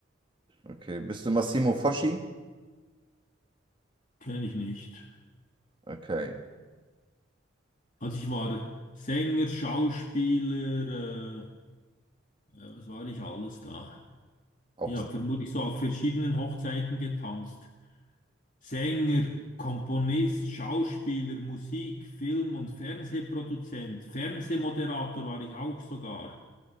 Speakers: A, on the right (about 25°); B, on the left (about 40°).
A: Okay. Bist du Massimo Foschi?
B: Kenne ich nicht.
A: Okay.
B: Also ich war Sänger, Schauspieler, äh, ja, was war ich alles da?
A: Auch
B: Ich habe vermutlich so auf verschiedenen Hochzeiten getanzt. Sänger, Komponist, Schauspieler, Musik, Film- und Fernsehproduzent, Fernsehmoderator war ich auch sogar.